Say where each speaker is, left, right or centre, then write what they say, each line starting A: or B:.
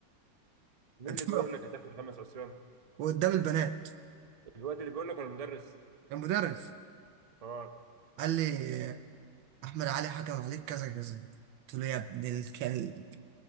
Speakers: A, on the right; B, on the right.
A: مين
B: <laughs>
A: اللي بيقول لك هتاخد خمس عصيان
B: وقدام البنات
A: الواد اللي بيقول لك ولا المدرس
B: المدرس
A: اه
B: قال لي احمد علي حكم عليك كذا كذا قلت له يا ابن الكلب